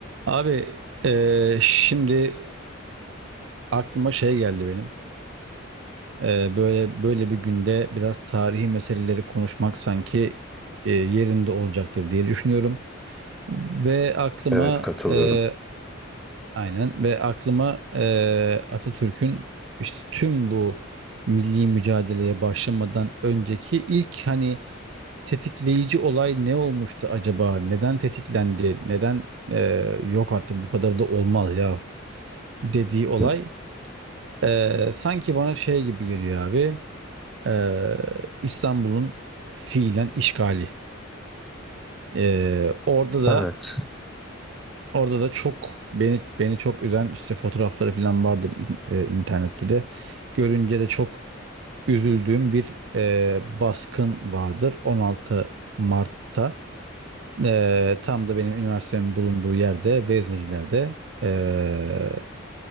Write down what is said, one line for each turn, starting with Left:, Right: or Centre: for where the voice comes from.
Right: Abi eee, şimdi aklıma şey geldi benim. Eee, böyle böyle bir günde biraz tarihi meseleleri konuşmak sanki eee, yerinde olacaktır diye düşünüyorum. Ve aklıma
Centre: Evet katılıyorum.
Right: eee, aynen ve aklıma eee, Atatürk'ün işte tüm bu milli mücadeleye başlamadan önceki ilk hani tetikleyici olay ne olmuştu acaba? Neden tetiklendi? Neden eee, yok artık bu kadar da olmaz ya dediği olay
Centre: Hı.
Right: Eee, sanki bana şey gibi geliyor abi, eee, İstanbul'un fiilen işgali. Eee, orada da
Centre: Evet.
Right: orada da çok beni beni çok üzen, işte, fotoğrafları filan vardır in internette de. Görünce de çok üzüldüğüm bir, eee, baskın vardır. 16 Mart'ta, eee, tam da benim üniversitemin bulunduğu yerde, Vezneciler'de, eee